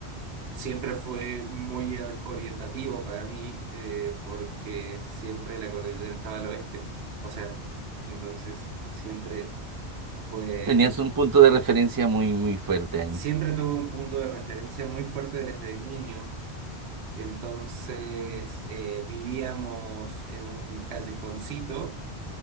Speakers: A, on the right (about 75°); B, on the right (about 25°).
A: siempre fue muy or- orientativo para mí, eh, porque siempre la cordillera estaba al oeste. O sea, entonces siempre fue,
B: Tenías un punto de referencia muy, muy fuerte ahí.
A: siempre tuve un punto de referencia muy fuerte desde niño Entonces eh, vivíamos en un callejoncito,